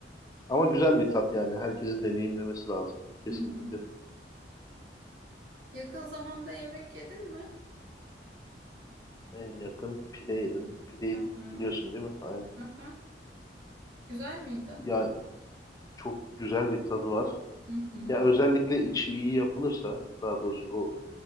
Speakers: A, on the left (about 20°); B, on the right (about 85°).
A: Ama güzel bir tat yani. Herkesin deneyimlemesi lazım. Kesinlikle.
B: Hı hı. Yakın zamanda yemek yedin mi?
A: En yakın pide yedim. Pideyi
B: Hı hı.
A: biliyorsun değil mi? Aynen.
B: Hı hı. Güzel miydi?
A: Ya çok güzel bir tadı var.
B: Hı hı.
A: Ya özellikle içi iyi yapılırsa daha doğrusu o